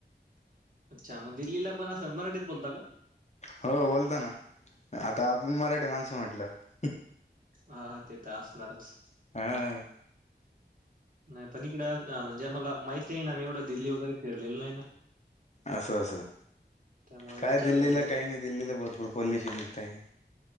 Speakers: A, on the right; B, on the left.
A: अच्छा मग दिल्लीला पण असं मराठीत बोलता का.
B: हो बोलताना आता आपण मराठी माणसं म्हटलंव.
A: हा हा ते तर असणारच.
B: हा
A: नाही पण इकड अ म्हणजे आला माहिती नाही ना आम्ही एवढं दिल्ली वगैरे फिरलेल नाही ना.
B: अससं अससं.
A: त्यामुळे
B: काय
A: विचारलं
B: दिल्लीला
A: मी.
B: काही नाही दिल्लीला भरपूर पॉल्युशन येत आहे.